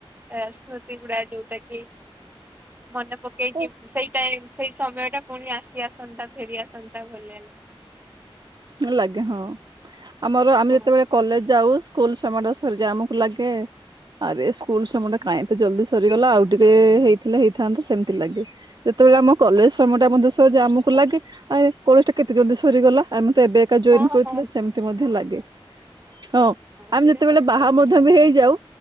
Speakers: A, on the right; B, on the right.
A: ଏ ସ୍ମୃତି ଗୁଡା ଯୋଉଟା କି ମନେ ପକେଇକି
B: ହଁ
A: ସେଇ ଟାଇ ସେଇ ସମୟ ଟା ପୁଣି ଆସି ଆସନ୍ତା ଫେରିଆସନ୍ ପ୍ରାୟ ଭୁଲେନି
B: ଲାଗେ ହଁ ଆମର ଆମେ
A: ହଁ
B: ଯେତେବେଳେ କଲେଜ ଯାଉ ସ୍କୁଲ ସମୟ ଟା ସରିଯାଏ ଆମକୁ ଲାଗେ ଆରେ ସ୍କୁଲ ସମୟ ଟା କାଇଁ ଏତେ ଜଲ୍ଦି ସରିଗଲା ଆଉ ଟିକେ ହେଇଥିଲା ହେଇଥାନ୍ତା ସେମିତି ଲାଗେ।
A: <inaudible>
B: ସେତେବେଳେ ଆମ କଲେଜ ସମୟଟା ମଧ୍ୟ ସରଯାଏ ଆମକୁ ଲାଗେ ଆ ଏ କଲେଜ ଟା କେତେ ଜଲଦି ସରିଗଲା ଆମେ ତ ଏବେ କା ଜଏନ୍
A: ହଁ
B: କରିଥିଲେ
A: ହଁ
B: ସେମିତି ମଧ୍ୟ ଲାଗେ। ହଁ ଆମେ
A: ସେଇଟା
B: ଯେତେବେଳେ
A: ସତ
B: ବାହା
A: କଥା
B: ମଧ୍ୟ ଆମେ ହେଇଯାଉ